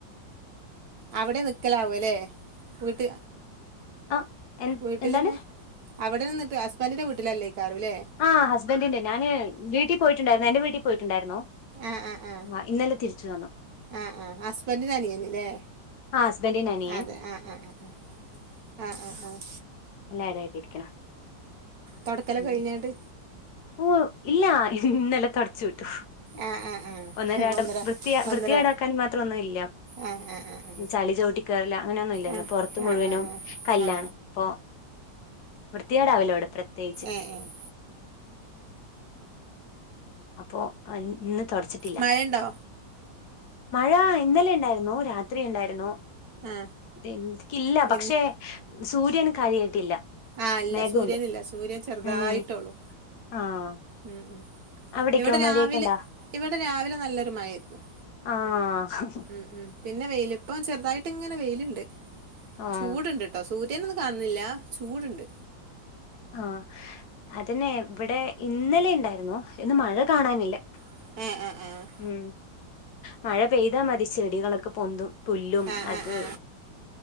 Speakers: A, on the right; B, on the left.
A: അവിടെ നിക്കലാവൂല്ലേ വീട്ട്
B: ആ എ
A: വീട്ടിൽ
B: എന്താണ്
A: തന്നെ അവിടെ നിന്നിട്ട് ഹസ്ബൻടിന്റെ വീട്ടിലല്ലേക്കാറുംല്ലേ
B: ആഹ് ഹസ്ബൻറിൻന്റെ ഞാന് വീട്ടിൽ പോയിട്ടുണ്ടായിരുന്നു എന്റെ വീട്ടിൽ പോയിട്ടുണ്ടായിരുന്നു
A: ഏ ഏ ഏ
B: ആഹ് ഇന്നലെ തിരിച്ചു വന്നു
A: ആഹ് ആഹ് ഹസ്ബൻഡന്റെ അനിയന്നല്ലേ
B: ആ ഹസ്ബൻഡിന്റെ അനിയൻ
A: അതെ ആഹ് ആഹ് ആഹ് ആഹ് ആഹ് ആഹ് ആഹ്
B: എല്ലാരുയിട്ടരിക്കണം
A: തുടക്കലൊക്കെ
B: ഉ
A: കഴിഞ്ഞാണ്ട്
B: ഉവ്വ് ഇല്ല ഇ ഇന്നലെ തുടച്ചു വിട്ടു
A: ആ ആ ആ
B: ഒന്നരാടം
A: ഒന്നര
B: വൃത്തിയാ
A: ഒന്നര
B: വൃത്തിയാടാക്കാൻ മാത്രം ഒന്നും ഇല്ല
A: ആ ആ ആ ആ
B: ചളി ചോട്ടി കറല അങ്ങനെയൊന്നുമല്ലല്ലോ
A: ആ
B: പൊറത്ത് മുഴുവനും
A: ആ
B: കല്ലാണ്
A: ആ ആ ആ
B: പ്പൊ വൃത്തിയാടാവില്ലോ ഇവിടെ പ്രത്യേകിച്ച്
A: ഏ ഏ ഏ
B: അപ്പോ ഇന്ന് തുടച്ചിട്ട്
A: മഴ ഉണ്ടോ
B: മഴ ഇന്നലെ ഉണ്ടായിരുന്നു രാത്രി ഉണ്ടായിരുന്നു
A: ആ
B: നിക്കില്ല പക്ഷെ
A: ഇന്ന്
B: സൂര്യന് കാര്യായിട്ടില്ല
A: ആഹ് ഇല്ല
B: മേഘമുണ്ട്
A: സൂര്യനില്ല സൂര്യൻ ചെറുതായിട്ടോള്ളു
B: ഉം ആഹ്
A: ഉം ഉം
B: അവിടേക്കോ
A: ഇവിടെ
B: മഴയൊക്കെ
A: രാവിലെ
B: ഇണ്ടാ
A: ഇവിടെ രാവിലെ നല്ലൊരു മഴേതുവും
B: ആഹ്
A: ഉം ഉം പിന്നെ വെയിലിപ്പം ചെറുതായിട്ട് ഇങ്ങനെ വെയിലുണ്ട്
B: ആഹ്
A: ചൂടുണ്ട്ട്ടോ ട്ടോ സൂര്നെ ഒന്നും കാണുന്നില്ല ചൂടുണ്ട്
B: ആഹ് അതന്നെ ഇവിടെ ഇന്നലെ ഉണ്ടായിരുന്നോ ഇന്ന് മഴ കാണാനില്ല
A: ഉം ഉം ഉം
B: ഉം മഴ പെയ്താ മതി ചെടികളൊക്കെ പൊന്തും പുല്ലും
A: ആ ആ
B: അത്ത്
A: ആ ആ ആ